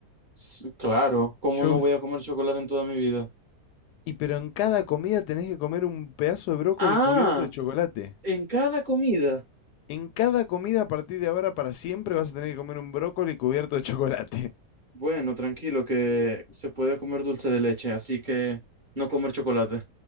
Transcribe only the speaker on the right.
S- Claro, ¿cómo
no voy a comer chocolate en toda mi vida?
Ah,
en cada comida.
Bueno, tranquilo, que se puede comer dulce de leche, así que no comer chocolate.